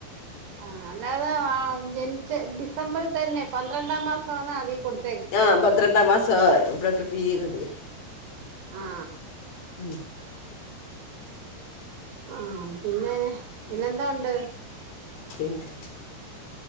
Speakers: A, on the right; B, on the left.
A: ആ അല്ലാതെ ആ ജനിച്ച ഡിസംബറിൽ തന്നെ പന്ത്രണ്ടാം മാസം ആണ് അതി കൊടു
B: ആഹ് പന്ത്രണ്ടാ മാസാ ഇവിടെക്കെ പിരിയുന്നത്
A: ആ
B: ഉം
A: ആഹ് പിന്നെ പിന്നെന്താ ഉണ്ട്
B: പിന്നെ